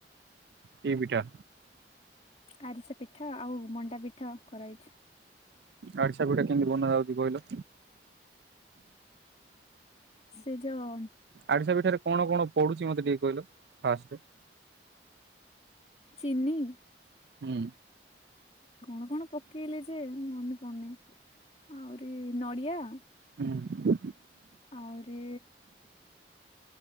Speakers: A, on the right (about 65°); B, on the left (about 35°).
A: କି ପିଠା?
B: ଆରିସା ପିଠା ଆଉ ମଣ୍ଡା ପିଠା କରାହେଇଛି।
A: ଆଡିସା ପିଠା କେମିତି ବନା ଯାଉଛି କହିଲ?
B: ସେ ଯୋଉ
A: ଆରିଶା ପିଠା ରେ କଣ କଣ ପଡୁଛି ମତେ ଟିକେ କହିଲ ଫାଷ୍ଟେ?
B: ଚିନି
A: ହୁଁ।
B: କଣ କଣ ପକେଇଲେ ଯେ ମନେ ପଡୁନି ଆଉରି ନଡିଆ
A: ହୁଁ।
B: ଆଉରି